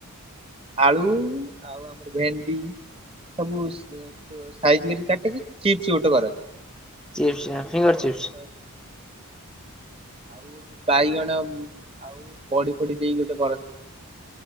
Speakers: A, on the right; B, in the centre.
A: ଆଳୁ ଆଉ ଆମର ଭେଣ୍ଡି ସବୁ ସାଇଜ୍ କରି କାଟିକି ଚିପ୍ସ ଗୋଟେ କରନ୍ତି।
B: ଚିପ୍ସ ଫିଙ୍ଗର
A: ଆଉ
B: ଚିପ୍ସ।
A: ଆମର ଆଉ ବାଇଗଣ ଆଉ ବଢ଼ି ଫଡି ଦେଇକି ଗୋଟେ କରନ୍ତି।